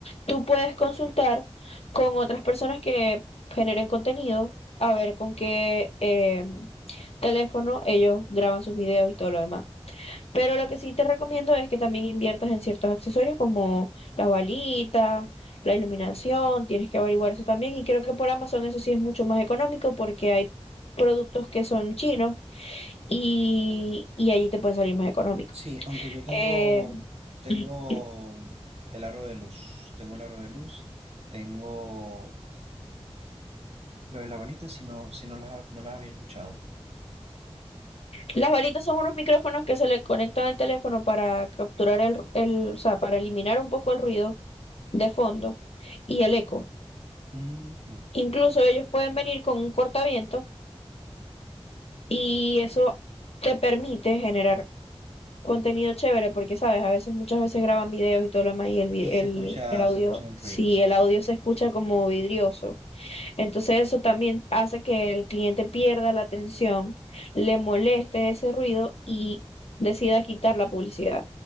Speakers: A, on the left (about 65°); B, on the right (about 70°).
A: Tú puedes consultar con otras personas que generen contenido, a ver con qué eh, teléfono ellos graban sus videos y todo lo demás. Pero lo que sí te recomiendo es que también inviertas en ciertos accesorios como las balitas, la iluminación, tienes que averiguar eso también. Y creo que por Amazon eso sí es mucho más económico porque hay productos que son chinos y, y allí te pueden salir más económicos.
B: Sí, aunque yo tengo,
A: Eh,
B: tengo
A: <clears throat>
B: el aro de luz, tengo el aro de luz, tengo lo de la balita, si no, si no las, no las había escuchado.
A: las balitas son unos micrófonos que se le conectan al teléfono para capturar el, el, o sea, para eliminar un poco el ruido de fondo y el eco.
B: Ujú.
A: Incluso ellos pueden venir con un cortaviento Y eso te permite generar contenido chévere porque, sabes, a veces, muchas veces graban videos y todo lo demás y el, vi-
B: Y
A: el,
B: se escucha,
A: el audio,
B: se escucha un ruido,
A: si
B: sí,
A: el
B: sí.
A: audio se escucha como vidrioso. Entonces eso también hace que el cliente pierda la atención, le moleste ese ruido y decida quitar la publicidad.